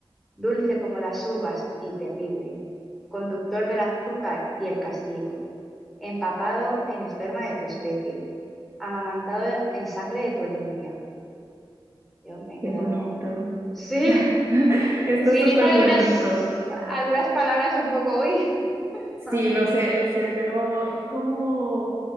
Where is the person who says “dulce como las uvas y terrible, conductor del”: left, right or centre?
Centre